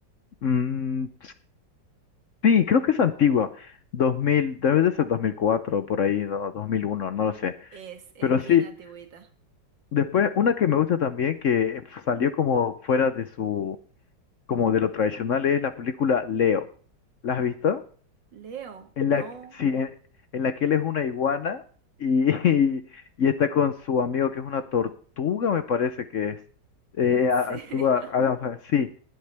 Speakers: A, on the left (about 60°); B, on the right (about 85°).
A: Mm, sí, creo que es antigua. dos mil, debe de ser 2004, por ahí, no, 2001, no lo sé.
B: Es, es
A: Pero
B: bien
A: sí,
B: antigüita.
A: después una que me gusta también, que salió como fuera de su, como de lo tradicional, es la película Leo. ¿La has visto?
B: Leo,
A: En
B: no,
A: la, que- sí, en, en la que él es una iguana y, <laughs> y, está con su amigo que es una tortuga, me parece que es. Eh,
B: en
A: a-
B: serio.
A: actúa,
B: <laughs>
A: ah, o sea, sí,